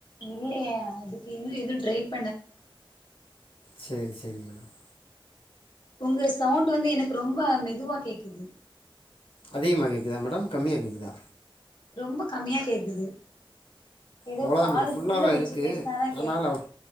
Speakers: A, on the left; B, on the left.
A: இல்லயே அதுக்கு இன்னு எது டிரைப்
B: செரி செரி மேடம்
A: உங்க சவுண்ட் வந்து எனக்கு ரொம்ப மெதுவா கேக்குது
B: அதிகமா கேக்குதா மேடம் கம்மியா கேக்குதா
A: ரொம்ப கம்மியா கேக்குது ஏதோ
B: அவ்ளோ தா
A: காதுக்குள்ள
B: மேடம் ஃபுல்லா தா
A: வச்சு
B: இருக்கு
A: பேசினாதா கே
B: ஆனாலு அவ